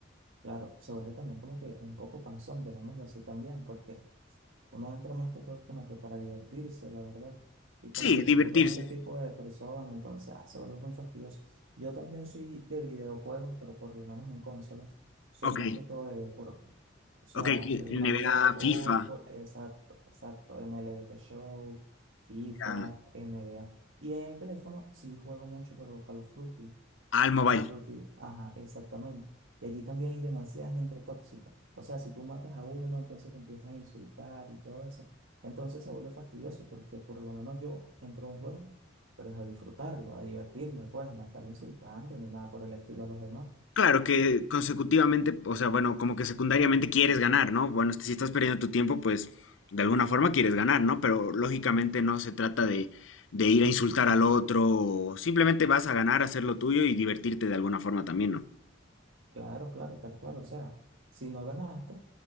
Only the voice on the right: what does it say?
claro. Se vuelve también como que un poco cansón, llamémoslo así también, porque Uno entra más que todo es como que para divertirse, la verdad. Y como
que te
toquen ese tipo de personas, entonces ah, se vuelve muy fastidioso. Yo también soy de videojuegos, pero por lo menos en consolas, soy
más que todo de deporte. O sea,
soy más
de fútbol,
exacto, exacto, MLB The Show, FIFA,
NBA. Y en el teléfono sí juego mucho, pero Call of Duty
para los frutos tigres. Ajá, exactamente. Y allí también hay demasiada gente tóxica. O sea, si tú matas a uno, entonces te empiezan a insultar y todo eso. Entonces se vuelve fastidioso porque por lo menos yo entro a un juego, pero es a disfrutarlo, a divertirme, pues, no a estar insultando ni nada por el estilo a los demás.
Claro, claro, tal cual. O sea, si no ganaste,